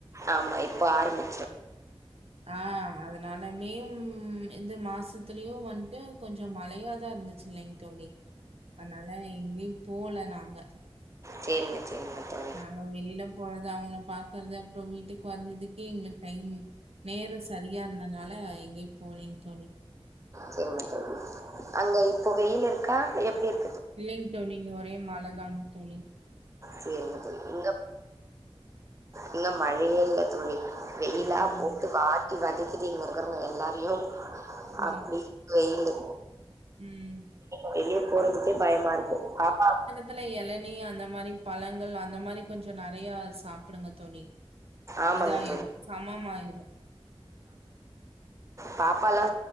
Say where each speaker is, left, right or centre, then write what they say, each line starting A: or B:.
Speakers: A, on the right (about 30°); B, on the right (about 75°).
A: ஆமா இப்போ ஆரம்பி
B: ஆ மதுர் நானானியும் இந்த மாசத்துலயு வன்ட்டு கொஞ்சோ மழையாதா இருந்துச்சு இல்லைங்க தோழி அனால எங்கயு போல நாங்க
A: சேரிங்க சேரிங்க தோழ்
B: நாங்க வெளியில போறது அவங்கள பாக்கறது அப்புறோ வீட்டுக்கு வந்ததுக்கே எங்களுக்கு டைம் நேரோ சரியா இருந்தனால எங்கயு போலிங் தோழி
A: செரிங்க தோழி அங்க இப்போ வெயில் இருக்கா எப்டி இரு
B: இல்லைங் தோழி இங்க ஒரே மலதாங் தோலி
A: சேரிங்க தோழி <unintelligible> இங்க மழையே இல்ல தோழி வெயிலா
B: அப்படிங்களா?
A: போட்டு வா ட்டி வதைக்கிது இங்க இருக்கிறவங்க எல்லாரையு
B: ஓ!
A: அப்டி வெயிலு
B: ம்
A: வெளியே போறதுக்கே பயமாருக்கு பாப்பா
B: துல எளநி அந்த மாரி பழங்கள் அந்த மாரி கொஞ்சொ நெறையா சாப்புடுங்க தோழி
A: ஆமாங்க
B: இதாயிரு
A: தோழி
B: சமம் ஆயிரு
A: பாப்பால்லா